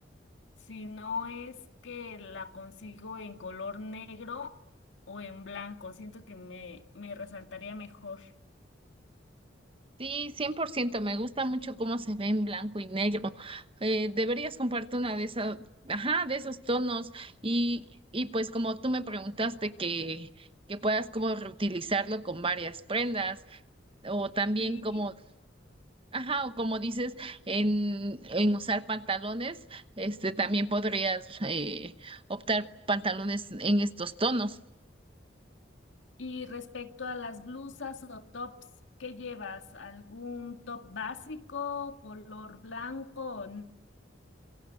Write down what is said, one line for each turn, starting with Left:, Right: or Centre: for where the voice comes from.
Left: si no es que la consigo en color negro o en blanco. Siento que me, me resaltaría mejor.
Right: Sí, 100%. me gusta mucho cómo se ve en blanco y negro. Eh, deberías comprarte una de esas, ajá, de esos tonos y, y pues como tú me preguntaste que, que puedas como reutilizarlo con varias prendas o también
Left: Y,
Right: como, ajá, o como dices en, en usar pantalones, este también podrías eh, optar pantalones en estos tonos.
Left: y respecto a las blusas o tops, ¿qué llevas? ¿Algún top básico, color blanco?